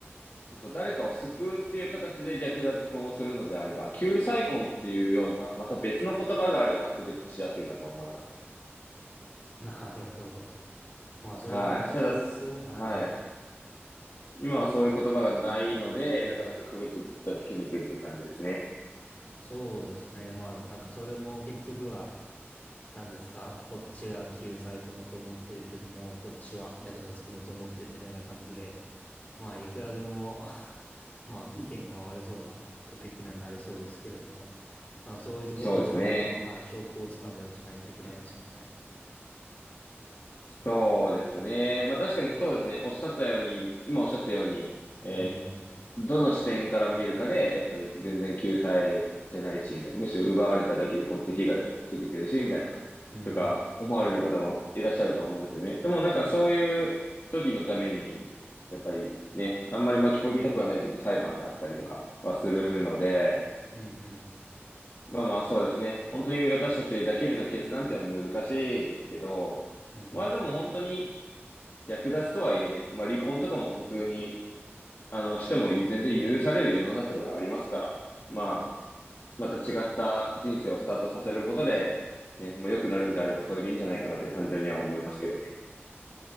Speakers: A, on the left; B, on the left.
A: そう、誰かを救うっていう形で略奪婚をするのであれば、救済婚っていうような、また別の言葉があれば区別しやすいなと思いますね。
B: なるほど。まあ、それはでも証拠、
A: はい。ただ、すはい。
B: はい。
A: 今はそういう言葉がないので、
B: どう、うん。
A: なかなか区別がつきにくいっていう感じですね。
B: そうですね。まあ、なんかそれも結局は、何ですかこっちが救済こんだと思ってるけども、こっちは略奪こんだと思ってるみたいな感じで、まあ、いくらでも <laughs> まあ、意見が割れそうなトピックにはなりそうですけれども、だからそういうところもちゃんと、
A: そうですね。
B: はい、証拠をつかんだりしないといけないですもんね。
A: そうですね。まあ確かにそうですね。おっしゃったように、今おっしゃったように、えー
B: うん、
A: どの視点から見るかで、やっぱり全然救済じゃないし、みたいな。むしろ奪われただけでこっち被害を受けてるし、みたいな。
B: うん、
A: とか、思われる方もいらっしゃると思うんですよね。でもなんかそういう時のために、やっぱりね、あんまり巻き込みたくはないけど裁判があったりとかはするので、
B: うん、うん、
A: まあまあそうですね。本当に私たちだけでの決断っていうのは難しいですけど、
B: うん、
A: まあでも本当に
B: うん。
A: 略奪とはいえね、まあ離婚とかも普通に、あの、しても全然許される世の中ではありますから、まあ、また違った人生をスタートさせることで、ね、まあ良くなるんであればそれでいいんじゃないかなって単純には思いますけどね。